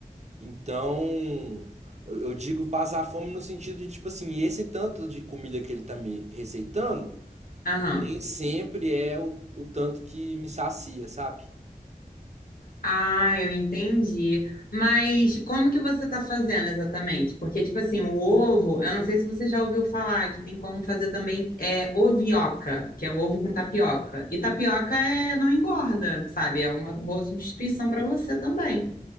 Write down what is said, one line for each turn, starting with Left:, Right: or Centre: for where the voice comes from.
Right: Então, eu, eu digo passar fome no sentido de, tipo assim, esse tanto de comida que ele tá me receitando,
Left: Aham.
Right: nem sempre é o, o tanto que me sacia, sabe?
Left: Ah, eu entendi. Mas como que você está fazendo exatamente? Porque, tipo assim, o ovo, eu não sei se você já ouviu falar que tem como fazer também é, ovioca, que é o ovo com tapioca. E tapioca é, não engorda, sabe? É uma boa substituição para você também.